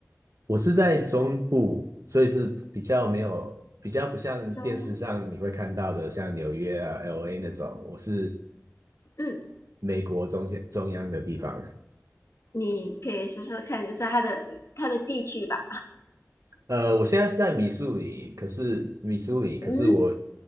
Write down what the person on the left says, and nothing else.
中，
嗯，
你可以说说看，就是它的它的地区吧，
嗯，